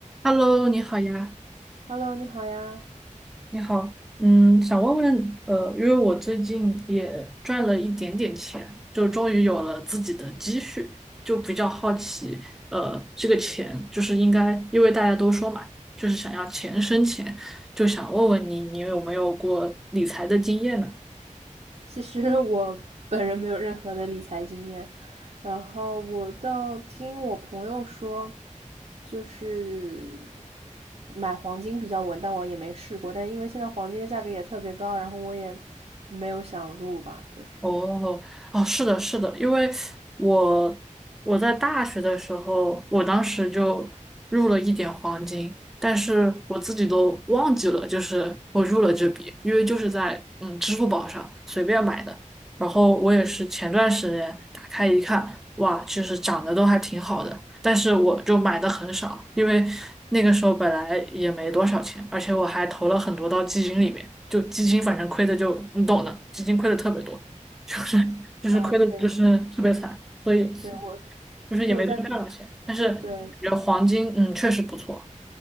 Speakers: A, in the centre; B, on the right.
A: Hello，你好呀，
B: Hello，你好呀。
A: 你好，嗯，想问问，呃，因为我最近也赚了一点点钱，就终于有了自己的积蓄，就比较好奇，呃，这个钱就是应该，因为大家都说嘛，就是想要钱生钱，就想问问你，你有没有过理财的经验呢？
B: 其实我本人没有任何的理财经验，然后我倒听我朋友说，就是买黄金比较稳，但我也没试过。但因为现在黄金的价格也特别高，然后我也没有想入吧，就是
A: 哦哦，是的，是的，因为我我在大学的时候，我当时就入了一点黄金，但是我自己都忘记了，就是我入了这笔，因为就是在嗯支付宝上随便买的，然后我也是前段时间打开一看，哇，其实涨得都还挺好的，但是我就买的很少，因为那个时候本来也没多少钱，而且我还投了很多到基金里面，就基金反正亏的就你懂的，基金亏的特别多。就是就是亏的，
B: 啊，对，
A: 就是特别惨，所以
B: 对我其实我在读，
A: 就是也没多赚到钱。但是感觉黄金，
B: 对，
A: 嗯，确实不错。